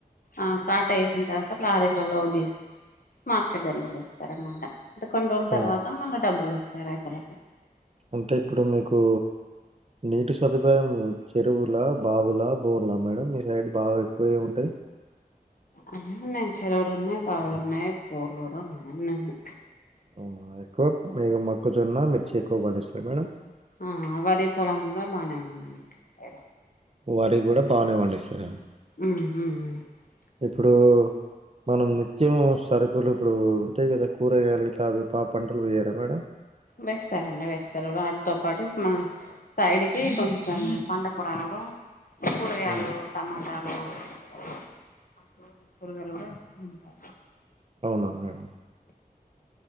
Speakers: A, on the left (about 65°); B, on the right (about 40°).
A: ఆ కాటా వఏసిన్ తర్వాత ప్లారీలో లోడ్ జేసి మార్కెట్ దల్ చేస్తారన్నమాట ఇంత కొన్ని రోజుల
B: ఆ!
A: తర్వాత మళ్ళీ డబ్బులు వస్తాయి రైతులకి
B: అంటే ఇప్పుడు మీకు నీటి సదుపాయం చెరువుల బాబలా బోర్లా మేడం మీ సైడ్ బాగా ఎక్కువే ఉంటాయి
A: అన్నా ఉన్నాయి చెరువులు ఉన్నాయి బవులు ఉన్నాయి పోలురు ఉన్నాయిన్నన్నా
B: అవునా ఎక్కువ మీ మొకుజున్న మిర్చి ఎక్కువ పండిస్తారు మేడం
A: ఆ వరి పొలం కూడా బాగానే ఉందండిద
B: వారికి కూడా పావనే పండిస్తారా
A: ఉమ్
B: ఇప్పుడు మనం నిత్యం సరుకులు ఇప్పుడు ఉంటాయి కదా కూరగాయలు ఇలా అవి పా పంటలు పోయరా మేడం
A: వేస్తారండి వేస్తారు వాటితో పాటు మన సైడ్కి కొంచెం పండ కూడాడం కూరి ఆలు
B: ఉమ్,
A: టమాటా అ కూరుగాలు కూడా ఇస్తూ ఉంటారు
B: అవునా మేడం